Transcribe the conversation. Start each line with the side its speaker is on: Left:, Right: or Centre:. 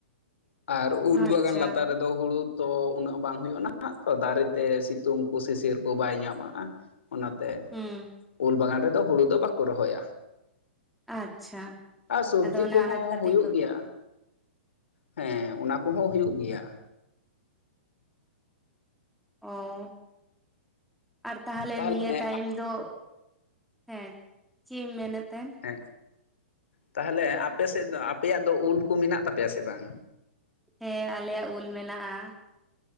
Left: ᱟᱨ ᱩᱞ
Centre: ᱟᱪᱪᱷᱟ
Left: ᱵᱟᱜᱟᱱ ᱞᱟᱛᱟᱨ ᱨᱮᱫᱚ ᱦᱩᱲᱩ ᱛᱚ ᱩᱱᱟᱹᱜ ᱵᱟᱝ ᱦᱩᱭᱩᱜᱼᱟ ᱱᱟᱦᱟᱜ ᱛᱚ ᱫᱟᱨᱮᱛᱮ ᱥᱤᱛᱩᱝ ᱠᱚ ᱥᱤᱥᱤᱨ ᱠᱚ ᱵᱟᱭ ᱧᱟᱢᱟᱜᱼᱟ᱾ ᱚᱱᱟᱛᱮ
Centre: ᱦᱩᱸ
Left: ᱩᱞ ᱵᱟᱜᱟᱱ ᱨᱮᱫᱚ ᱦᱩᱲᱩ ᱫᱚ ᱵᱟᱠᱚ ᱨᱚᱦᱚᱭᱟ᱾
Centre: ᱟᱪᱪᱷᱟ
Left: ᱟᱨ ᱥᱚᱵᱡᱤ
Centre: ᱟᱫᱚ ᱚᱱᱟ
Left: ᱠᱚᱦᱚᱸ
Centre: ᱟᱱᱟᱡ ᱯᱟᱹᱛᱤ
Left: ᱦᱩᱭᱩᱜ
Centre: ᱠᱚ
Left: ᱜᱮᱭᱟ᱾ ᱦᱮᱸ ᱚᱱᱟ ᱠᱚᱦᱚᱸ ᱦᱩᱭᱩᱜ ᱜᱮᱭᱟ᱾
Centre: ᱚ ᱟᱨ ᱛᱟᱦᱞᱮ
Left: ᱛᱟᱦᱚᱞᱮ
Centre: ᱱᱤᱭᱟᱹ ᱴᱟᱭᱤᱢ ᱫᱚ ᱦᱮᱸ ᱪᱮᱫ ᱮᱢ ᱢᱮᱱᱮᱫ ᱛᱟᱦᱮᱱ
Left: ᱦᱮᱸ ᱛᱟᱦᱚᱞᱮ ᱟᱯᱮ ᱥᱮᱫ ᱫᱚ ᱟᱯᱮᱭᱟᱜ ᱫᱚ ᱩᱞ ᱠᱚ ᱢᱮᱱᱟᱜ ᱛᱟᱯᱮᱭᱟ ᱥᱮ ᱵᱟᱝ
Centre: ᱦᱮᱸ ᱟᱞᱮᱭᱟᱜ ᱩᱞ ᱢᱮᱱᱟᱜᱼᱟ᱾